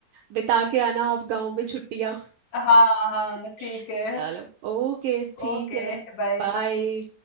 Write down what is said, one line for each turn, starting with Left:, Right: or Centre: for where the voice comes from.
Right: बिता के आना आप गांव में छुट्टियाँ
Left: हाँ हाँ
Right: <laughs>
Left: ठीक है
Right: चलो ओके ठीक
Left: Okay
Right: है
Left: bye
Right: बाय